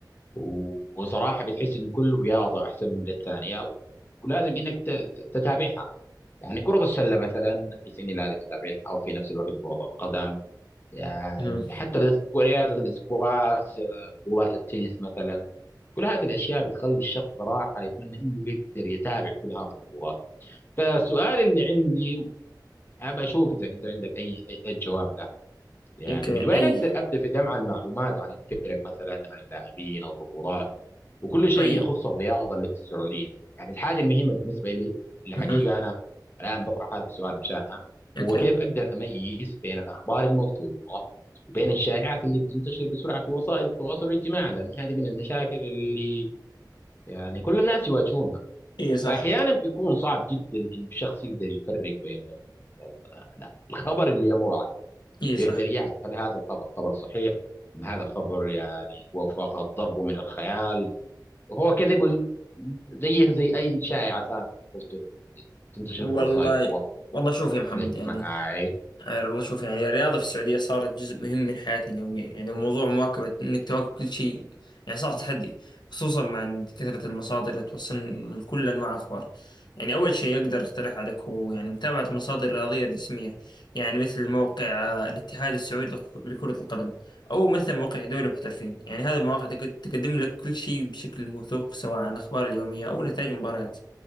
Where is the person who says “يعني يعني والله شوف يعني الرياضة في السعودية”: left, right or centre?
Left